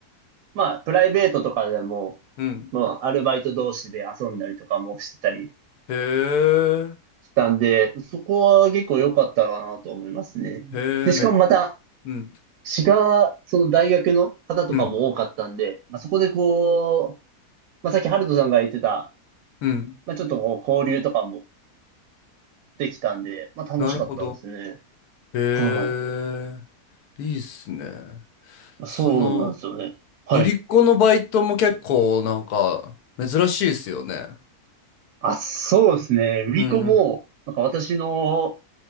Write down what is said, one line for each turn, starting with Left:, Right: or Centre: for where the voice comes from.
Right: う、まあプライベートとかでも、
Left: うん。
Right: まあアルバイト同士で遊んだりとかもしてたり
Left: へえ。
Right: したんで、そこは結構良かったかなと思いますね。
Left: へえ、
Right: で、しかもまた、
Left: め、うん。
Right: 違う、その大学の方とかも多かったんで、
Left: うん。
Right: まあ、そこでこう、まあ、さっきハルトさんが言ってた、
Left: うん。
Right: まあ、ちょっとこう交流とかもできたんで、まあ、楽しかったですね。
Left: なるほど。へえ。
Right: はい。
Left: いいっすね。その、
Right: そうなんですよね。はい。
Left: 売り子のバイトも結構なんか珍しいっすよね。
Right: あ、そうですね。売り子も、
Left: うんうん。
Right: なんか私の、